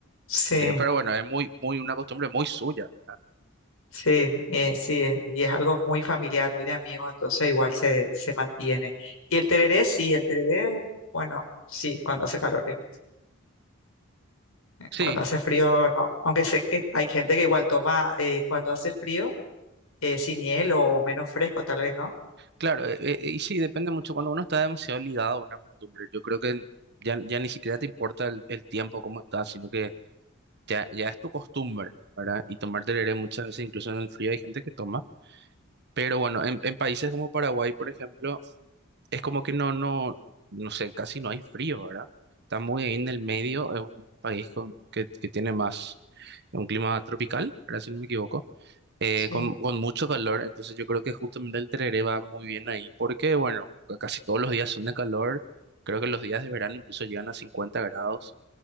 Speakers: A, on the left (about 75°); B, on the right (about 55°).
A: sí,
B: Eh, pero bueno, es muy, muy una costumbre muy suya, ¿verdad?
A: sí, eh, sí, es- y es algo muy familiar, muy de amigos, entonces igual se, se mantiene. Y el tereré, sí, el tereré, bueno, sí, cuando hace calor, eh,
B: Sí,
A: cuando hace frío, no. Aunque sé que hay gente que igual toma eh, cuando hace frío, eh, sin hielo o menos fresco, tal vez, ¿no?
B: claro, eh, eh, y sí, depende mucho. Cuando uno está demasiado ligado a una costumbre, yo creo que ya, ya ni siquiera te importa el, el tiempo, cómo estás, sino que ya, ya es tu costumbre, ¿verdad? Y tomar tereré muchas veces, incluso en el frío, hay gente que toma. Pero bueno, en, en países como Paraguay, por ejemplo, es como que no, no, no sé, casi no hay frío, ¿verdad? Está muy ahí en el medio, es un país con, que, que tiene más un clima tropical, ¿verdad? Si no me equivoco. eh,
A: Sí.
B: con, con mucho calor, entonces yo creo que justamente el tereré va muy bien ahí, porque bueno, ca- casi todos los días son de calor, creo que los días de verano incluso llegan a 50 grados,